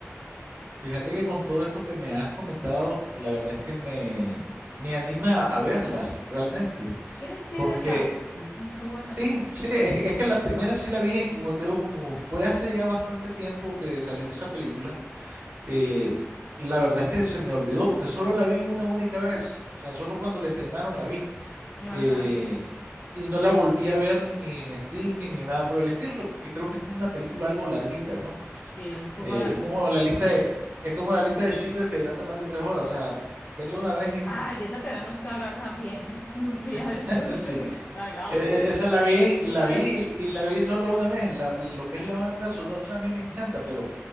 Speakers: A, on the right; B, on the left.
A: Fíjate que con todo esto que me has comentado, la verdad es que me, me anima a verlas realmente,
B: Tienes que
A: porque
B: verla, mm, muy buena,
A: sí, sí, es, que es que la primera sí la vi, como te digo, como fue hace ya bastante tiempo que salió esa película, eh, la verdad es que se me olvidó porque solo la vi una única vez, o sea, solo cuando la estrenaron la vi,
B: no más
A: eh,
B: nada.
A: y no la volví a ver ni en streaming ni nada por el estilo, porque creo que es una película algo larguita, ¿no?
B: Sí, un poco
A: Eh,
B: larga.
A: es como la lista de, es como la lista de Schindler que dilata más de tres horas. O sea, verlo una vez
B: Ay,
A: y
B: de esa tenemos que hablar también <laughs> en un día de
A: <laughs>
B: estos.
A: sí.
B: <laughs> Ay, la
A: E-
B: amo.
A: e- Esa la vi,
B: Es
A: la
B: una
A: vi
B: de mis...
A: y, y la vi solo una vez. La- lo que es la banda sonora a mí me encanta, pero